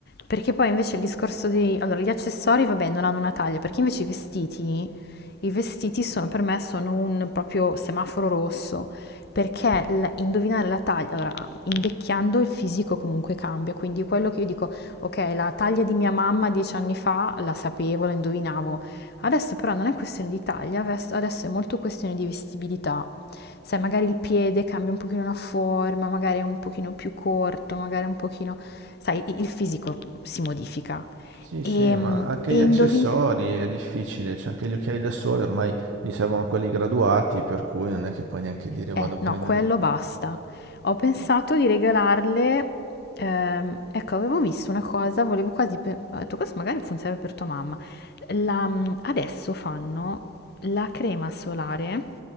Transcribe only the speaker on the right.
Sì,
sì, ma anche
gli accessori
è difficile, cioè anche gli occhiali da sole ormai gli servono quelli graduati, per cui non è che puoi neanche dire
vado a prendere.